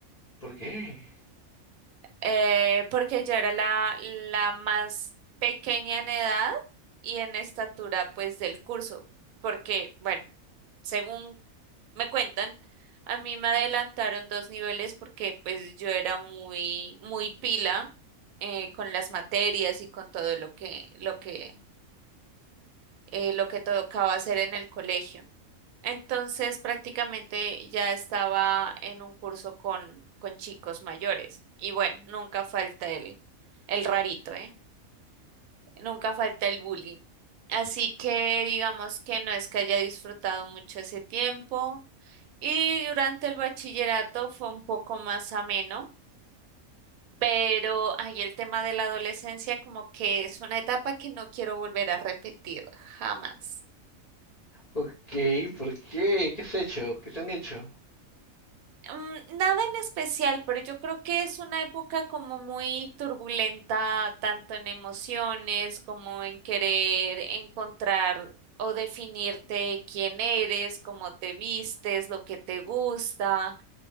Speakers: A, on the left; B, on the right.
A: ¿Por qué?
B: Eh, porque yo era la, la más pequeña en edad y en estatura, pues, del curso. Porque, bueno, según me cuentan, a mí me adelantaron dos niveles porque, pues, yo era muy, muy pila eh, con las materias y con todo lo que, lo que, eh, lo que tocaba hacer en el colegio. Entonces prácticamente ya estaba en un curso con, con chicos mayores. Y bueno, nunca falta el, el rarito, ¿eh? Nunca falta el bullying. Así que digamos que no es que haya disfrutado mucho ese tiempo. Y durante el bachillerato fue un poco más ameno, pero ahí el tema de la adolescencia como que es una etapa que no quiero volver a repetir jamás.
A: Ok, ¿por qué? ¿Qué has hecho? ¿Qué te han hecho?
B: Mm, Nada en especial, pero yo creo que es una época como muy turbulenta, tanto en emociones como en querer encontrar o definirte quién eres, cómo te vistes, lo que te gusta.